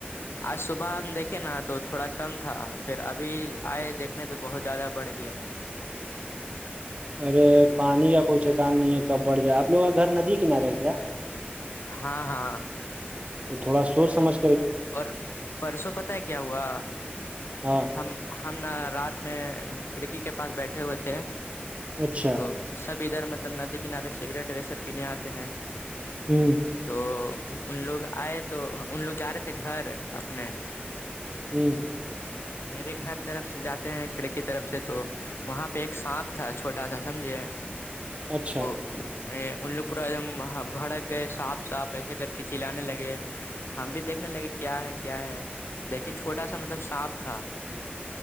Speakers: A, on the left; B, on the right.
A: آج صبح ہم دیکھیں نا تو تھوڑا کم تھا پھر ابھی آئے دیکھ دنے تو بہت زیادہ بڑھ گیا ہے
B: ارے پانی کا کوئی ٹھکان نہیں ہے کب بڑھ جائے آپ لوگ کا گھر ندی کنارے
A: بیچ
B: ہے
A: کر
B: کیا
A: رہا ہے ہاں ہاں
B: تو تھوڑا سوچ سمج
A: اور پرسوں پتہ کیا ہوا
B: ہاں
A: ہم ہم نا رات میں کھڑکی کے پاس بیٹھے ہوئے تھے
B: اچھا
A: تو سب ادھر مطلب ندی کنارے سگریٹ و سب پینے آتے ہیں
B: <unintelligible>
A: تو ان لوگ آئے تو ان لوگ جا رہے تھے گھر اپنے تو
B: ہوں
A: میرے گھر طرف سے جاتے ہیں کھڑکی طرف سے تو وہاں پہ ایک سانپ تھا چھوٹا سا سمجھے
B: اچھا
A: ا ان لوگ پورا ایک دم بھڑک گئے صاف صاف ایسے کر کے چلانے لگے ہیں ہم بھی دیکھنے لگے کیا ہے کیا ہے دیکھیے چھوٹا سا مطلب سانپ تھا